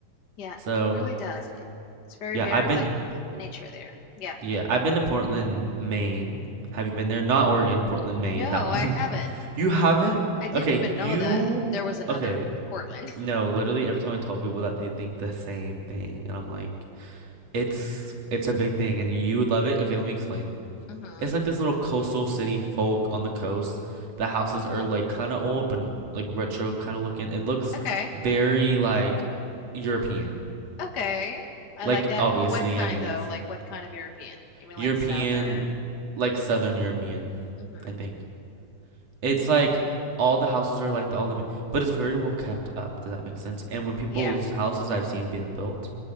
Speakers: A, on the left; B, on the right.
A: Yeah,
B: So,
A: it really does. It, it's very,
B: yeah,
A: very
B: I've been
A: like the nature there. Yeah.
B: yeah, I've been to Portland, Maine. Have you been there? Not Oregon, Portland,
A: No,
B: Maine, that one.
A: I haven't.
B: <laughs> You haven't?
A: I didn't
B: Okay,
A: even
B: you
A: know that there was another
B: okay.
A: Portland.
B: No, literally every time I tell people that they think the same thing and I'm like, it's it's a big thing and you would love it. Okay, let me explain.
A: <laughs> hmm
B: It's like this little coastal city folk on the coast. The houses are like kind of old, but like retro kind of looking. It looks
A: Okay.
B: very like European.
A: Okay. I
B: Like
A: like that.
B: obviously,
A: What kind
B: I mean
A: though?
B: it's
A: Like what kind of European? You mean
B: European,
A: like Southern?
B: like Southern European.
A: Mm-hmm.
B: I think it's like all the houses are like the, all the, but it's very well kept up. Does that make sense? And when people's
A: Yeah.
B: houses I've seen been built,